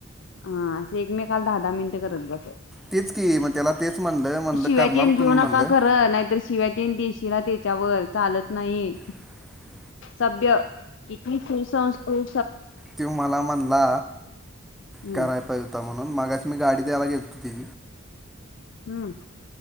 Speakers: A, on the left; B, in the centre.
A: हा, असं एकमेकाला दहा दहा मिनिटं करत बसा
B: तीच की, मग त्याला तेच म्हणलं म्हणलं
A: शिव्या
B: करणार
A: तेन
B: तुम्ही
A: देऊ
B: म्हणलं
A: नका खरं, नाहीतर शिव्या तेन देशीला त्याच्यावर चालत नाही.
B: <unintelligible>
A: सभ्य किती सुसंस्कृ
B: त्यो मला म्हणला,
A: हम्म
B: कराय पाहिजे होता म्हणून, मगाशी मी गाडी द्यायला गेलतो ते.
A: हम्म.